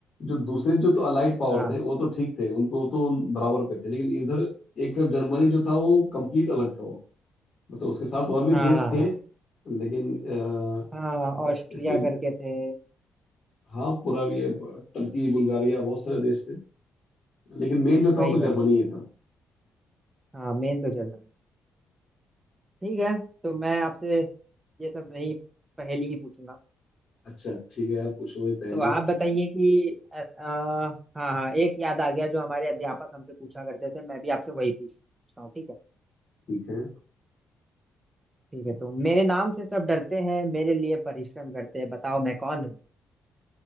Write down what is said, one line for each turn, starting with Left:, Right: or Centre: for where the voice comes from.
Left: जो दूसरे जो तो अलाइड पावर
Right: हाँ
Left: थे वो तो ठीक थे उनको वो तो बराबर पे थे लेकिन इधर एक तरफ जर्मनी जो था वो कंप्लीट अलग था मतलब उसके साथ और भी
Right: हाँ
Left: देश
Right: हाँ
Left: थे
Right: हाँ
Left: लेकिन अ,
Right: हाँ ऑस्ट्रिया
Left: इसमें
Right: करके थे
Left: हाँ पूरा भी है, टर्की बुल्गारिया बहुत सारे देश थे लेकिन मेन जो
Right: वही
Left: था वो तो
Right: वही
Left: जर्मनी
Right: वही
Left: ही था
Right: हाँ मेन तो जर्मनी ठीक है तो मैं आपसे ये सब नहीं पहेली ही पूछूंगा
Left: अच्छा ठीक है यार पूछो भाई पहली
Right: तो आप बताइए कि अ, अ, हाँ हाँ एक याद आ गया जो हमारे अध्यापक हमसे पूछा करते थे मैं भी आपसे वही पूछता हूँ ठीक है
Left: ठीक है
Right: ठीक है तो मेरे नाम से सब डरते हैं मेरे लिए परिश्रम करते हैं बताओ मैं कौन हूँ